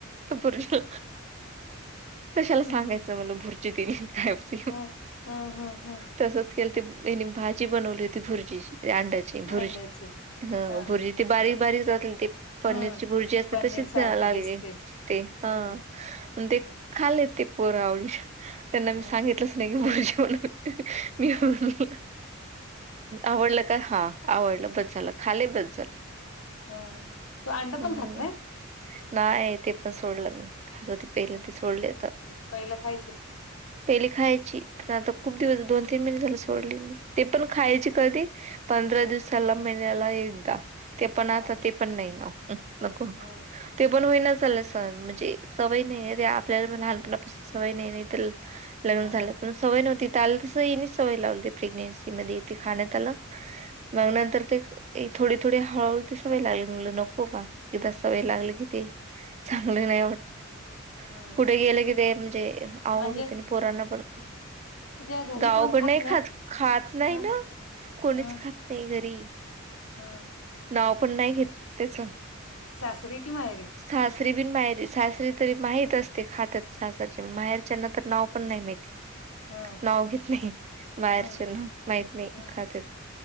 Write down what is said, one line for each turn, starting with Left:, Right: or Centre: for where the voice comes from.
Right: भुर्जीला कशाला
Left: हम्म
Right: सांगायचं म्हटलं भूर जी दिली, काय केलं
Left: ह ह ह ह
Right: तसच केल ते तेनी भाजी बनवली होती भुर्जीची, ते अंड्याची भुर्जी
Left: अंड्याची
Right: ह
Left: हा
Right: भुर्जी. ते बारीक, बारीक जातील ते पनीरची
Left: हम्म
Right: भुर्जी असते
Left: पनीर
Right: तशीच
Left: सारखे
Right: लागली
Left: दिसते
Right: ते ह.
Left: हम्म
Right: ते खाले ते पोर आवडीन त्यांना मी
Left: हम्म
Right: सांगितलंच भुर्जी म्हणून, मी
Left: हम्म
Right: म्हणलो आवडलं का? हा आवडलं बस झालं, खाले बस झालं.
Left: हम्म तू अंड
Right: हम्म.
Left: पण खात नाही
Right: नाय, ते पण सोडलं मी खात होते पहिले
Left: हम्म
Right: ते सोडले आता.
Left: पहिला खायचे
Right: पहिली खायची, पण आता खूप दिवस
Left: हा
Right: दोन, तीन महिने झाले सोडली मी. ते पण खायचे कधी, पंधरा
Left: हा
Right: दिवसाला महिन्याला एकदा ते पण आता
Left: हा
Right: ते पण नाही ना, नको
Left: हम्म
Right: ते पण होईना झालं सहन म्हणजे सवय नाहीये,
Left: हम्म
Right: आहे ते आपल्याला लहानपणापासून
Left: हम्म
Right: सवय नाही, नाही तर लग्न
Left: हा
Right: झाल्या
Left: हा
Right: प सवय नव्हती, इथं आल तसं येणीच सवय लावली, प्रेग्नेन्सी मध्ये येते खाण्यात आलं.
Left: हम्म
Right: मग नंतर ते थोडी, थोडी हळूहळू ती सवय लागली, मी म्हणलं नको बा. एकदा सवय लागली
Left: हम्म
Right: कि, ती चांगली नाही वाटत.
Left: हम्म
Right: कुठे गेलं कि, ते म्हणजे आवड
Left: म्हणजे
Right: होते पोरांना पण.
Left: तुझ्या घरी
Right: गावाकड
Left: कोण
Right: नाही
Left: नाहीत
Right: खात, खात. नाही
Left: हा
Right: ना, कोणीच
Left: हा
Right: खात नाही घरी.
Left: हा.
Right: नाव पण नाही घेत, तेच.
Left: सासरीे की माहेरी?
Right: सासरी बिन माहेरी, सासरी तरी माहीत असते खातात सासरची, माहेरच्याना तर नाव पण नाही माहिती.
Left: हा
Right: नाव घेत नाही बाहेरच
Left: हम्म
Right: ना. माहित नाही
Left: हम्म
Right: खात्यात,